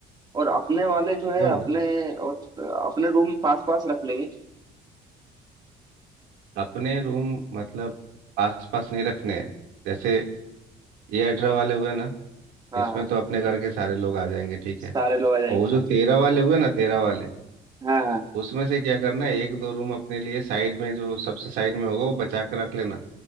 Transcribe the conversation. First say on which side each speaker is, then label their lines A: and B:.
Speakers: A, on the right; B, on the right.
A: और अपने वाले जो है
B: बोल
A: अपने
B: रहे
A: और अपने रूम पास पास रख लेंगे
B: हो? अपने रूम मतलब आस पास नहीं रखने हैं जैसे ये अठारह वाले हुए ना
A: हाँ
B: इसमें
A: हाँ
B: तो अपने घर के सारे लोग आ जाएंगे ठीक
A: सारे
B: है
A: लोग आ जाएंगे
B: और वो जो
A: हाँ
B: तेरह वाले हुए ना तेरह वाले
A: हाँ हाँ
B: उसमें से क्या करना है एक दो रूम अपने लिए साइड में जो सबसे साइड में होगा वो बचा के रख लेना